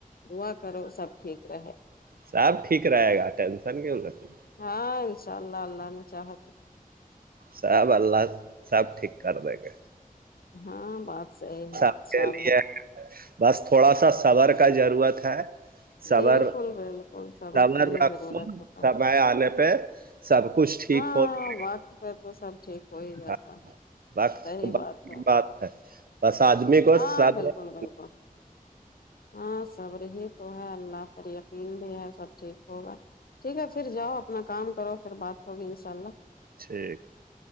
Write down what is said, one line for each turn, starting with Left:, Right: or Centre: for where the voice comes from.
Left: دعا کرو سب ٹھیک رہے
Right: سب ٹھیک رہے گا ٹینشن کیوں ہو سی
Left: ہاں انشاء اللہ اللہ نے چاہا کے
Right: سب اللہ سب ٹھیک کر دے گے
Left: ہاں بات صحیح ہے
Right: سب
Left: انشاء
Right: کے
Left: اللہ
Right: لیے بس تھوڑا سا سبر کا ضرورت ہے صبر
Left: بالکل بالکل سبر
Right: صبر
Left: کا ہی
Right: رکھو
Left: ضرورت ہوتا
Right: سمے آنے پہ سب کچھ ٹھیک
Left: ہاں
Right: ہو جائے
Left: وقت پہ تو سب ٹھیک ہو ہی جاتا
Right: گا،
Left: ہے
Right: وقت
Left: صحیح
Right: ب
Left: ہے
Right: بات ہے بس آدمی کو
Left: ہاں
Right: صبر
Left: بالکل بالکل ہاں سب رہی تو ہے اللہ پر یقین بھی ہے سب ٹھیک ہوگا ٹھیک ہے پھر جاؤ اپنا کام کرو پھر بات ہوگی ان شاء اللہ
Right: ٹھیک